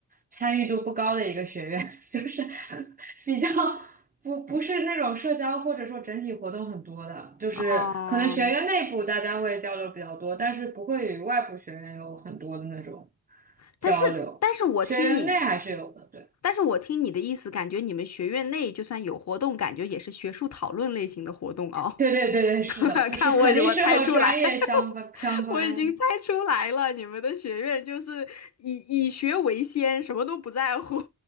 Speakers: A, on the right; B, on the left.
A: 参与度不高的一个学院，<laughs> 就是比较不不是那种社交或者说整体活动很多的，就是可能学院内部大家会交流比较多，
B: 哦，
A: 但是不会与外部学院有很多的那种
B: 但是但是我听你。
A: 交流。学员内还是有的，对，
B: 但是我听你的意思，感觉你们学院内就算有活动，感觉也是学术讨论类型的活动哦。
A: 对对对对，是的，
B: <laughs>
A: 就是肯定是和专业相关相关，
B: 看我，我猜出来，<laughs> 我已经猜出来了，你们的学院就是以以学为先，什么都不在乎。